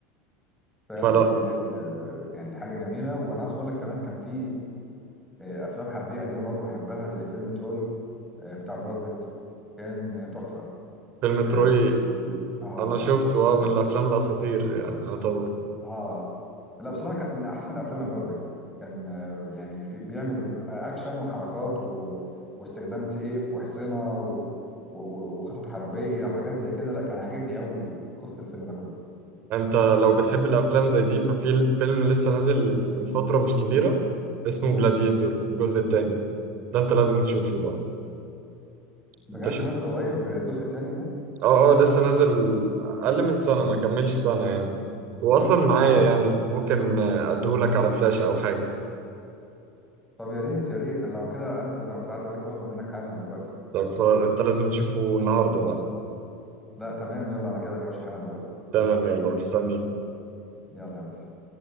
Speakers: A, in the centre; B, on the right.
A: فعلا
B: فلا
A: هي دي ال- يعني حاجة جميلة وأنا عايز أقول لك كمان كان في آه، أفلام حربية قديمة برضه بحبها زي فيلم تروي آه، بتاع براد بيت كان تحفة
B: فيلم
A: آه،
B: تروي
A: قصه ال... اه
B: انا شفته
A: قصه ال...
B: اه من الافلام الاساطير يعني يعتبر
A: اه لا بصراحه كان من احسن افلام براد بيت كان آه، يعني في بيعمل آه، اكشن وحركات و... واستخدام سيف وحصنه و... و... و- وخطط حربيه وحاجات زي كده لا كان عاجبني قوي قصه الفيلم ده كله
B: انت لو بتحب الافلام زي دي ففي فيلم لسه نازل من فترة مش كبيرة اسمه جلاديتور الجزء التاني ده انت لازم تشوفه بقى
A: بجد
B: انت
A: نازل قريب الجزء التاني ده
B: اه اه لسه نازل اقل من سنه ما كملش سنه يعني واصلا معايا
A: اه
B: يعني ممكن اديهولك على فلاش او حاجه
A: طب يا ريت يا ريت أنا لو كده انزل لو تعدي عليك واخده منك حالا دلوقتي
B: طب خلاص انت لازم تشوفه النهارده بقى
A: لا تمام يلا انا جاي لك يا باشا حالا دلوقتي
B: تمام يلا مستنيك
A: يلا يا باشا